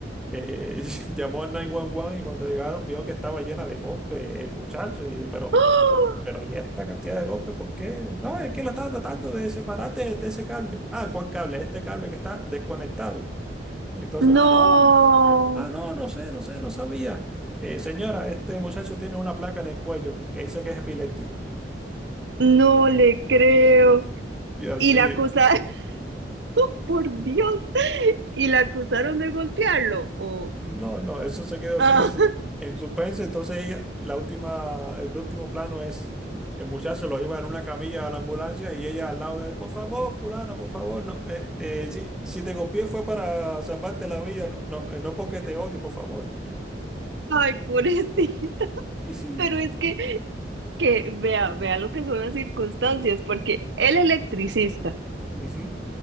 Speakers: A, in the centre; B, on the right (about 75°).
A: eh, <laughs> llamó al 911 y cuando llegaron vio que estaba llena de golpes, el muchacho, y, pero,
B: <gasps> ¡Oh!
A: pero ¿y esta cantidad de golpes por qué? No, es que la estaba tratando de separarte de, de ese cable. Ah, ¿cuál cable? Este cable que está desconectado. Y entonces, ah,
B: No,
A: no, ah, no, no sé, no sé, no sabía. Eh, señora, este muchacho tiene una placa en el cuello que dice que es epiléptico.
B: no le creo.
A: Y así,
B: ¿Y la acusada? <laughs> <laughs> por Dios, y la acusaron de golpearlo, o,
A: No, no, eso se quedó así
B: Ah,
A: sin, en suspense. Entonces ella, la última, el último plano es el muchacho lo lleva en una camilla a la ambulancia y ella al lado de él, por favor, fulano, por favor, no, eh, eh, si, si te copié fue para salvarte la vida, no, no, eh, no porque te odio, por favor.
B: ay, pobrecita, <laughs>
A: <laughs>
B: pero es que, que vea, vea lo que son las circunstancias, porque el electricista
A: Ujú,